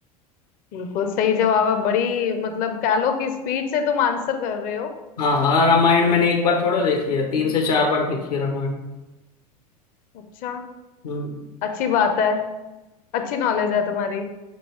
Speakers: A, on the left (about 45°); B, on the left (about 70°).
A: बिल्कुल सही जवाब है बड़ी मतलब कह लो कि स्पीड से तुम आंसर कर रहे हो
B: हाँ हाँ रामायण मैंने एक बार थोड़ा देखी है तीन से चार बार देखी है रामायण
A: अच्छा
B: हम्म
A: अच्छी बात है अच्छी नॉलेज है तुम्हारी